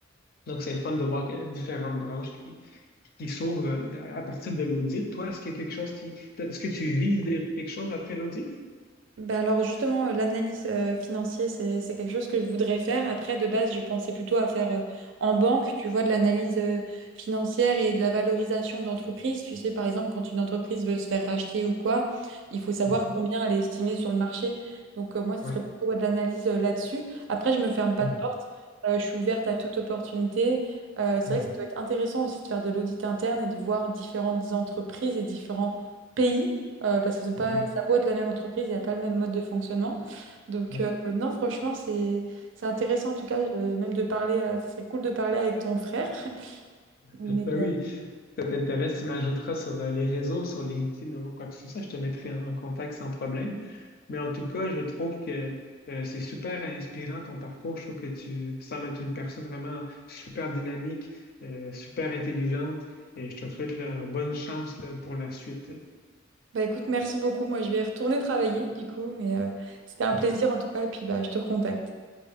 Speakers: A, on the left (about 50°); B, on the right (about 70°).
A: Donc, c'est le fun de voir que- différentes branches qui, qui s'ouvrent euh, à à partir de l'audit. Toi, est-ce qu'il y a quelque chose qui... t'as- Est-ce que tu vises déjà quelque chose après l'audit?
B: Ben alors justement, euh, l'analyse euh, financière, c'est, c'est quelque chose que je voudrais faire. Après, de base, je pensais plutôt à faire euh, en banque, tu vois, de l'analyse euh, financière et de la valorisation d'entreprise. Tu sais, par exemple, quand une entreprise veut se faire racheter ou quoi, il faut savoir
A: Mhm.
B: combien elle est estimée sur le marché. Donc euh, moi, ce
A: Ouais.
B: serait plutôt ouais, de l'analyse euh, là-dessus. Après, je me ferme pas
A: Mhm.
B: de porte. Euh, je suis ouverte à toute opportunité. Euh, c'est
A: Mhm.
B: vrai que ça doit être intéressant aussi de faire de l'audit interne et de voir différentes entreprises et différents pays euh, parce qu'ils ont pas,
A: Mhm.
B: ça a beau être la même entreprise, il n'y a pas le même mode de fonctionnement. Donc,
A: Ouais.
B: euh, non, franchement, c'est c'est intéressant en tout cas, euh, même de parler, euh, ça serait cool de parler avec ton frère. <laughs> Mais
A: Ben
B: euh,
A: oui, si ça t'intéresse, tu m'ajouteras sur euh, les réseaux, sur LinkedIn ou quoi que ce soit, je te mettrai en contact sans problème. Mais en tout cas, je trouve que euh, c'est super inspirant ton parcours. Je trouve que tu sembles être une personne vraiment super dynamique, euh, super intelligente et je te souhaite la bonne chance là, pour la suite.
B: bah écoute, merci beaucoup. Moi, je vais retourner travailler du coup, mais euh, c'était un
A: Mhm.
B: plaisir en tout cas, et puis bah, je te recontacte.